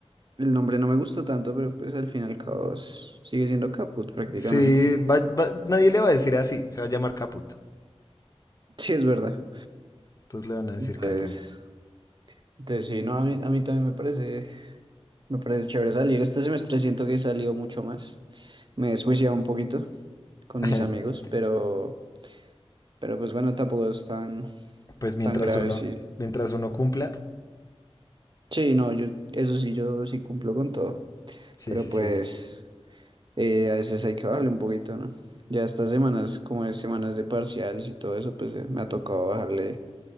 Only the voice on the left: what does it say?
sí,
va- va- nadie le va a decir así, se va a llamar Caput.
Entonces le van a decir
Caput.
<laughs>
Pues mientras
uno,
mientras uno cumpla,
sí,
sí,
sí.